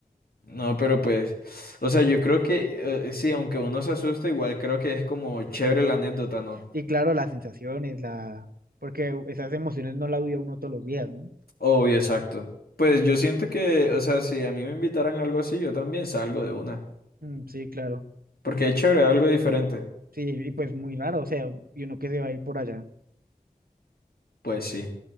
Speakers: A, on the left; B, on the right.
A: No, pero pues, o sea, yo creo que eh, sí, aunque uno se asusta, igual creo que es como chévere la anécdota, ¿no?
B: Sí, claro, las sensaciones, la... porque esas emociones no las vive uno todos los días, ¿no?
A: Obvio, exacto. Pues yo siento que, o sea, si a mí me invitaran a algo así, yo también salgo de una.
B: Mm, sí, claro.
A: Porque es chévere, algo diferente.
B: Sí, y pues muy raro, o sea, y uno que se va a ir por allá.
A: Pues sí.